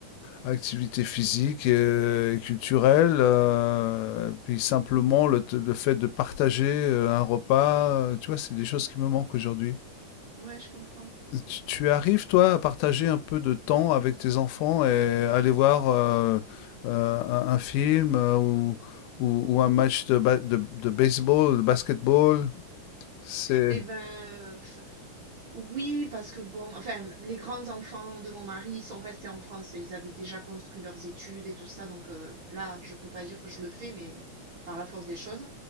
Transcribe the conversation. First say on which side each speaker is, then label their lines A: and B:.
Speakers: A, on the left (about 85°); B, on the right (about 60°).
A: activité physique et et culturelle, euh, puis simplement le, t- le fait de partager euh, un repas, euh, tu vois, c'est des choses qui me manquent aujourd'hui.
B: Ouais, je comprends
A: Tu, tu arrives, toi, à partager un peu de temps avec tes enfants et aller voir euh, euh, un, un film euh, ou, ou, ou un match de, ba- de, de baseball, de basketball? C'est...
B: et ben, heu, oui, parce que bon, enfin, les grands-enfants de mon mari sont restés en France et ils avaient déjà construit leurs études et tout ça donc heu, là, je peux pas dire que je le fais mais par la force des choses.